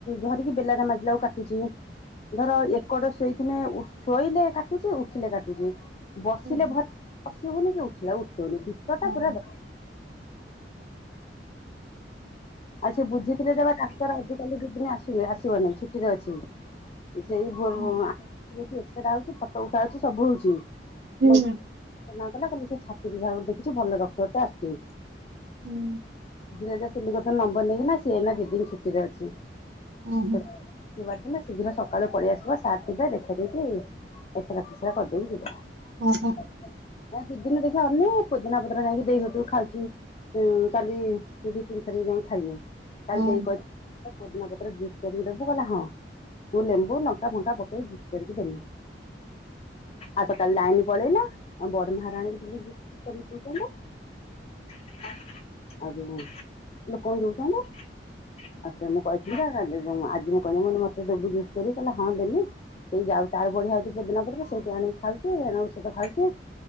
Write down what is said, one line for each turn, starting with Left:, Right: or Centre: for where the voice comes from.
Left: ଧରିକି ବେଲାଟା ମାଜିଲାକୁ କାଟୁଚି। ଧର ଏକଡ ଶୋଇଥିଲେ ଶୋଇଲେ କାଟୁଚି ଉଠିଲେ କାଟୁଚି। ବସିଲେ
Right: ହୁଁ
Left: ଭ ବସି ହଉନି କି ଉଠିଲା ଉଠି ହଉନି ଭିତ
Right: ହୁଁ
Left: ଟା ପୁରା ବ ଆଉ ସେ ବୁଝିଥିଲେ ଯେ ସେ ଡାକ୍ତର ଆଜିି କାଲି ଦି ଦିନ ଆସୁ ଆସି ବ ନାହିଁ ଛୁଟିରେ ଅଛି। ସେଇ ଭୋଲ୍
Right: ହୁଁ
Left: ଏକ୍ସରା ହଉଚି ଫଟୋ ଉଠା ହଉଚି ସବୁ ହଉଚି। ମନା
Right: ହୁଁ
Left: କଲା କହିଲା ସେ ଛାତି ବିଭାଗ ଦେଖୁଚି ଭଲ ଡକ୍ଟର ଟେ ଆସୁଚି।
Right: ହୁଁ।
Left: <unintelligible> ନମ୍ବର ନେଇକି ନା ସିଏ ଦି ଦିନ ଛୁଟିରେ ଅଛି।
Right: ହୁଁ
Left: ଦୁବାର ଦିନ ସେିଦିନ ସକାଳୁ ପଳେଇ ଆସିବ ସାର୍ ଥେ ଦେଖେଇଦେଇ କି ଏକ୍ସରା ଫିକ୍ସରା କରିଦେଇକି ଯିବା।
Right: ଓହୋ
Left: ଏ ଦି ଦିନ ଦେଖିବା ଅନେ ପୋଦିନା ପତର ଯାଇକି ଦେଇ ଘଟୁ ଖାଉଛି। ଉଁ କାଲି ଦି ତିନିଥାର ଯା ଖାଇନି କାଲି
Right: ହୁଁ
Left: ଦେଇ କ ପୋଦିନା ପତ୍ର ଜୁସ୍ କରିକି ଦେବୁ ଗଲା ହଁ ଲେମ୍ବୁ ଲଙ୍କା ଫଙ୍କା ପକେଇକି ଜୁସ୍ସ କରିକି ଦେମି। ଆଉ ତ କାଲି ଲାଇନ ପଳେଇଲା ଆଉ ବଡ ମହାରାଣୀ ଜୁସ୍ ଫୁସ୍ କରିକି ପିଉଛନ୍ତି। <unintelligible> ଲୋକଙ୍କୁ ଦଉଛନ୍ତି। ଆଉ ସେ ମୁଁ କହିଥିଲି ଆଜି ମୁଁ କହିଲି ମୁ ମତେ ଦେବୁ ଯୁସ୍ କିରିକି କହିଲା ହଁ ଦେବି। ସେଇ ଯାଉ ତାର ବଢିଆହେଇଛି ପୋଦିନା ପତ୍ର ସେଇଠି ଆଣିକି ଖାଉଛି ଏଣ ଔଷଧ ଖାଉଛି।